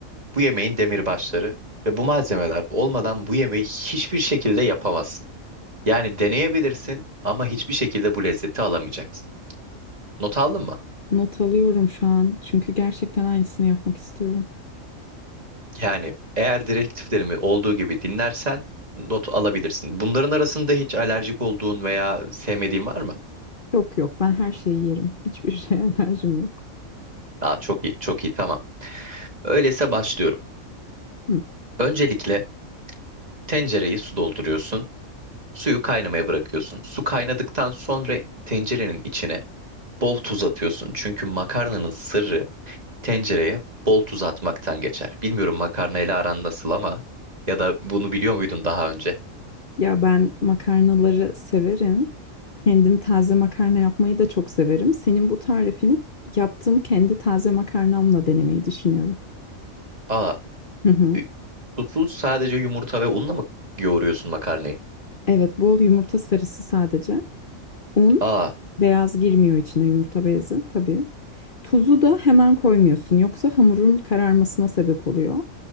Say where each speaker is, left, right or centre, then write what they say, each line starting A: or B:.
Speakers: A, on the right; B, on the left.
A: bu yemeğin demirbaşları ve bu malzemeler olmadan bu yemeği hiçbir şekilde yapamazsın. Yani deneyebilirsin ama hiçbir şekilde bu lezzeti alamayacaksın. Not aldın mı?
B: not alıyorum şu an çünkü gerçekten aynısını yapmak istiyorum.
A: Yani eğer direktiflerimi olduğu gibi dinlersen not alabilirsin. Bunların arasında hiç alerjik olduğun veya sevmediğin var mı?
B: Yok yok ben her şeyi yerim. Hiçbir <laughs> şeye alerjim yok.
A: Aa, çok iyi, çok iyi, tamam. Öyleyse başlıyorum.
B: Hı.
A: Öncelikle tencereyi su dolduruyorsun. Suyu kaynamaya bırakıyorsun. Su kaynadıktan sonra tencerenin içine bol tuz atıyorsun. Çünkü makarnanın sırrı tencereye bol tuz atmaktan geçer. Bilmiyorum makarnayla aran nasıl ama ya da bunu biliyor muydun daha önce?
B: Ya ben makarnaları severim. Kendim taze makarna yapmayı da çok severim. Senin bu tarifini yaptığım kendi taze makarnamla denemeyi düşünüyorum.
A: Aa,
B: Hı hı.
A: E, Susuz sadece yumurta ve unla mı yoğuruyorsun makarnayı?
B: Evet, bol yumurta sarısı sadece. Un,
A: Aa,
B: beyaz girmiyor içine yumurta beyazı tabii. Tuzu da hemen koymuyorsun. Yoksa hamurun kararmasına sebep oluyor.